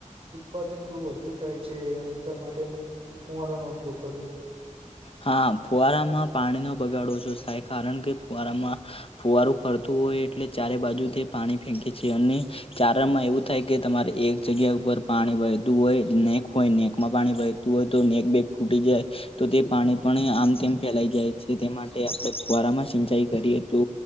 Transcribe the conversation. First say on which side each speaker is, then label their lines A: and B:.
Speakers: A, on the right; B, on the left.
A: ઉત્પાદન થોડું વધુ થાય છે એટલા માટે ફુંવારાનોો ઉપયોગ કરી
B: હા ફુવારામાં પાણીનો બગાડો શો થાય કારણ કે ફુવારામા ફુવારું ફરતું હોય એટલે ચારે બાજુ તે પાણી ફેંકે છે, અને ચારણમાં એવું થાય કે તમારે એક જગ્યા ઉપર પાણી વહેતું હોય નેક હોય નેક માં પાણી વ તું હોય તો નેક બેેગ ફૂટી જાય. તો તે પાણી પણ આમતે ફેલાઈ જાય છે, તે માટે આપણે ફુવારામાં સિંચાઈ કરીએ તો